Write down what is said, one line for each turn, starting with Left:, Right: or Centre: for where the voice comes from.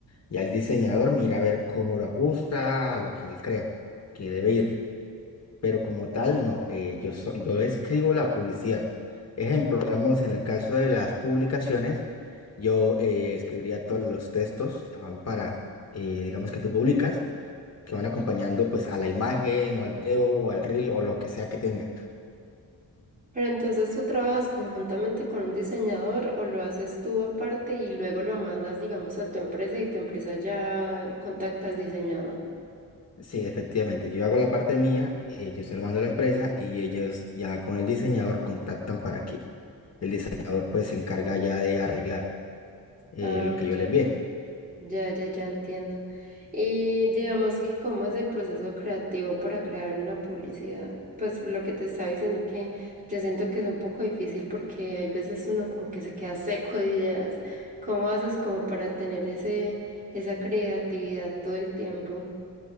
Left: Ya el diseñador mira a ver cómo lo ajusta a lo que él crea que debe ir. pero como tal, no, eh, yo, so- yo escribo la publicidad. Ejemplo, digamos, en el caso de las publicaciones, yo eh, escribiría todos los textos que van para, eh, digamos, que tú publicas, que van acompañando pues a la imagen o al video o al reel o lo que sea que tenga.
Right: Pero entonces tú trabajas conjuntamente con un diseñador o lo haces tú aparte y luego lo mandas, digamos, a tu empresa y tu empresa ya contacta al diseñador.
Left: Sí, efectivamente, yo hago la parte mía, eh, yo se lo mando a la empresa y ellos ya con el diseñador contactan para que el diseñador pues se encarga ya de arreglar eh,
Right: Ah,
Left: lo que yo
Right: ya,
Left: le envié.
Right: ya, ya, ya entiendo. Y digamos que cómo es el proceso creativo para crear una publicidad. Pues lo que te estaba diciendo que yo siento que es un poco difícil porque hay veces uno como que se queda seco de ideas. ¿Cómo haces como para tener ese, esa creatividad todo el tiempo?